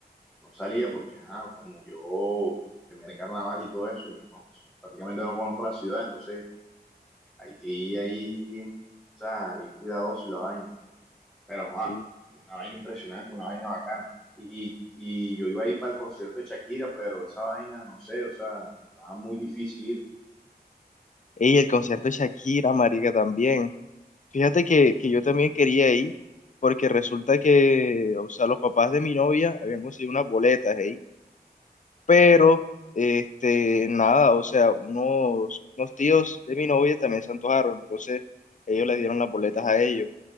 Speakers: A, in the centre; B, on the left.
A: no salía porque, ajá, como yo, primer carnaval y todo eso, yo no- prácticamente no conozco la ciudad, entonces hay que ir ahí bien, o sea, bien cuidadoso y la vaina. Pero, joa,
B: Sí.
A: fue una vaina impresionante, una vaina bacana. Y, y yo iba a ir para el concierto de Shakira, pero esa vaina, no sé, o sea, estaba muy difícil ir.
B: Y el concierto de Shakira, marica, también. Fíjate que, que yo también quería ir, porque resulta que, o sea, los papás de mi novia habían conseguido unas boletas ahí. Pero, este, nada, o sea, unos, unos tíos de mi novia también se antojaron, entonces ellos le dieron las boletas a ellos.